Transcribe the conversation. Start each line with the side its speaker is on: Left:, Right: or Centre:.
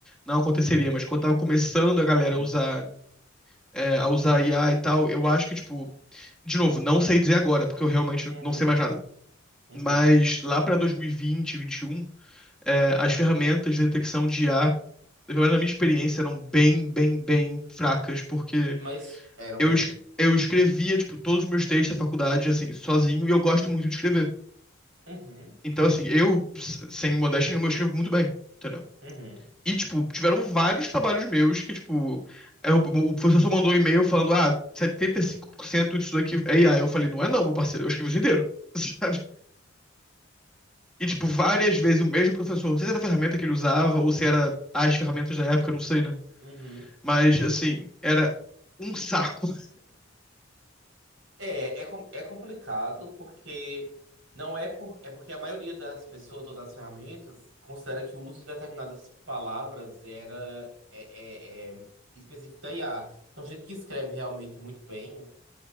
Centre: não aconteceria, mas quando tava começando a galera
Right: uhum,
Centre: a usar, é, a usar IA e tal, eu acho que, tipo, de novo, não sei dizer agora, porque eu realmente
Right: uhum,
Centre: não sei mais nada.
Right: uhum.
Centre: Mas lá pra 2020, 2021, é, as ferramentas de detecção de IA, pelo menos na minha experiência, eram bem, bem, bem fracas, porque
Right: Mas era o
Centre: eu,
Right: mesmo.
Centre: es- eu escrevia, tipo, todos os meus textos da faculdade, assim, sozinho, e eu gosto muito de escrever.
Right: Uhum,
Centre: Então, assim, eu, s- sem modéstia nenhuma, eu escrevo muito bem, entendeu?
Right: uhum,
Centre: E, tipo, tiveram vários trabalhos meus que, tipo, eu- o professor só mandou um e-mail falando, ah, 75% disso daqui é IA. Eu falei, não é não, meu parceiro, eu escrevi isso inteiro, <laughs> sabe? E, tipo, várias vezes o mesmo professor, não sei se era a ferramenta que ele usava ou se era as ferramentas da época, não sei, né?
Right: <laughs> uhum.
Centre: Mas, assim, era um saco.
Right: É, é, com- é complicado porque não é por, é porque a maioria das pessoas ou das ferramentas considera que o uso de determinadas palavras era é, é- é específico da IA. Então, gente que escreve realmente muito bem